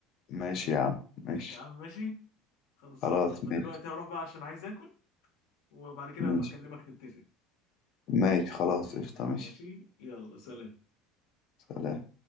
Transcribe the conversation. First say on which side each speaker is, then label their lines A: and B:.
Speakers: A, on the left (about 45°); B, on the left (about 85°).
A: ماشي يا عم ماشي
B: يا عم ماشي خلصان
A: خلاص
B: انا دلوقتي
A: ماشي
B: هروح بقى عشان عايز اكل وبعد كده
A: ماشي
B: ابقى اكلمك نتفق
A: ماشي خلاص قشطة ماشي
B: ماشي يلا سلام
A: سلام